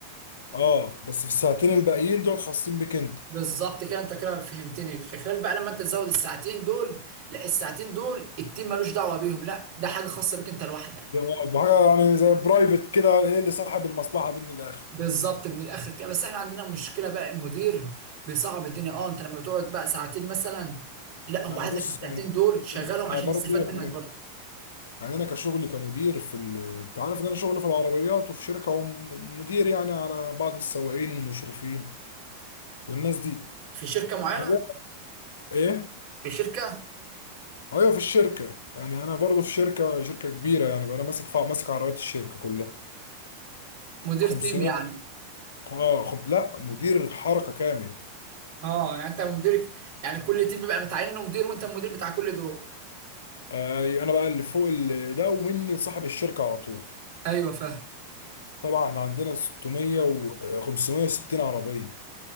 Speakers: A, on the left; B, on the right.
A: اه بس في الساعتين الباقيين دول خاصين بيك انت
B: بالظبط كده انت كده فهمتني في خلال بقى لما انت تزود الساعتين دول لا الساعتين دول التيم ملوش دعوه بيهم لا ده حاجه خاصه بيك انت لوحدك
A: ده آه، بحاجه يعني زي برايفت كده هي اللي صاحب المصلحه دي من الاخر
B: بالظبط من الاخر كده بس احنا عندنا مشكله بقى المدير بيصعب الدنيا اه انت لما بتقعد بقى ساعتين مثلا لا
A: يعني
B: هو عايزك
A: بص
B: الساعتين
A: انا
B: دول شغالهم
A: انا
B: عشان
A: برضو
B: يستفاد منك
A: انا
B: برضه
A: يعني انا كشغلي كمدير في ال... انت عارف ان انا شغلي في العربيات وفي شركه ومدير يعني على بعض السواقين والمشرفين والناس دي
B: في شركه معينه
A: انا ده- ايه
B: في شركه
A: ايوه في الشركه يعني انا برضو في شركه شركه كبيره يعني بقى انا ماسك فا... ماسك عربيات الشركه كلها
B: مدير
A: 500
B: تيم يعني
A: اه خم... لا مدير حركه كامل
B: اه يعني انت مديرك يعني كل تيم بيبقى متعين له مدير وانت المدير بتاع كل دول
A: اي انا بقى اللي فوق ال- ده ومني لصاحب الشركه على طول
B: ايوه فاهم
A: طبعا عندنا 600 و 560 عربيه